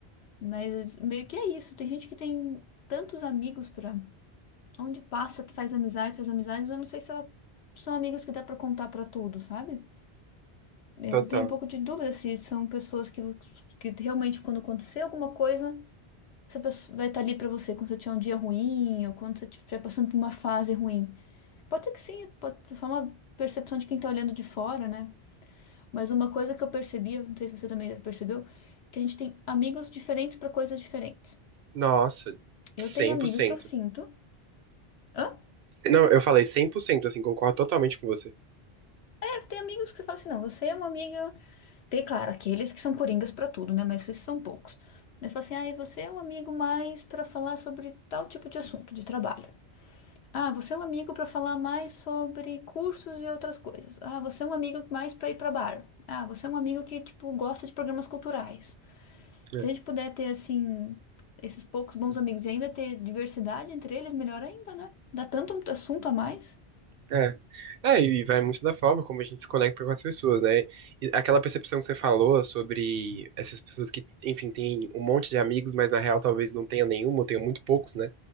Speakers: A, on the left (about 75°); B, on the right (about 65°).
A: Mas meio que é isso, tem gente que tem tantos amigos para Onde passa, tu faz amizade, faz amizade, mas eu não sei se ela são amigos que dá pra contar pra tudo, sabe? Eu
B: total.
A: tenho um pouco de dúvida se são pessoas que, que realmente, quando acontecer alguma coisa, essa pessoa vai estar ali pra você quando você tiver um dia ruim ou quando você estiver passando por uma fase ruim. Pode ser que sim, pode ser só uma percepção de quem tá olhando de fora, né? Mas uma coisa que eu percebi, não sei se você também percebeu, que a gente tem amigos diferentes pra coisas diferentes.
B: Nossa,
A: Eu
B: cem
A: tenho amigos
B: por cento.
A: que eu sinto. Hã?
B: Não, eu falei cem por cento, assim, concordo totalmente com você.
A: É, tem amigos que você fala assim, não, você é uma amiga. Tem, claro, aqueles que são coringas pra tudo, né? Mas esses são poucos. Eles falam assim: ah, e você é um amigo mais pra falar sobre tal tipo de assunto de trabalho. Ah, você é um amigo pra falar mais sobre cursos e outras coisas. Ah, você é um amigo mais pra ir pra bar. Ah, você é um amigo que, tipo, gosta de programas culturais.
B: É.
A: Se a gente puder ter, assim, esses poucos bons amigos e ainda ter diversidade entre eles, melhor ainda, né? Dá tanto assunto a mais.
B: É. É, e vai muito da forma como a gente se conecta com as pessoas, né? E aquela percepção que você falou sobre essas pessoas que, enfim, têm um monte de amigos, mas na real talvez não tenha nenhum, ou tenha muito poucos, né?